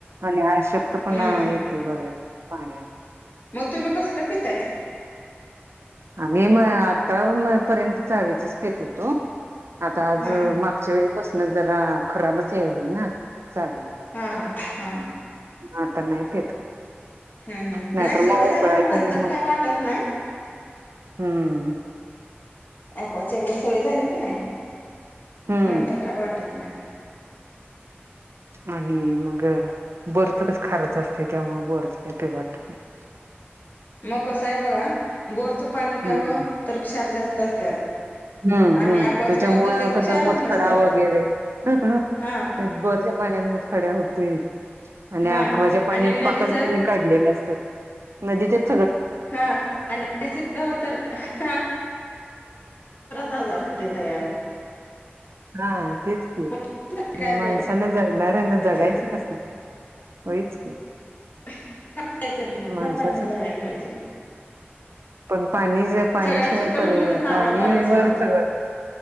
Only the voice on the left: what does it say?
हम्म
मग तुम्ही कसलं पिताय?
हा
हा हा हा.
हं, हं
नाही सवय
झाल्यावर
नंतर
काय वाटत नाही.
ऍकक्वाची एकदा सवय झाली की नाही
नंतर काय वाटत नाय.
मग कस आहे बघा बोरचं पाणी प्यावं
तर क्षार जास्त असतात.
आणि
अक्वाचं
प्यावं तर त्यात
क्षारच
नसतात
हा
हा
आणि नदीचं
<unintelligible> आजार होतोय तयार.
मग काय
प्यायचं
हं पाणीच प्यायचं नाही मग
या पाण्यावर जगायला पाहिजे.
सगळ्यात शुद्ध म्हणलं
तर नारळ
पाणीच
मग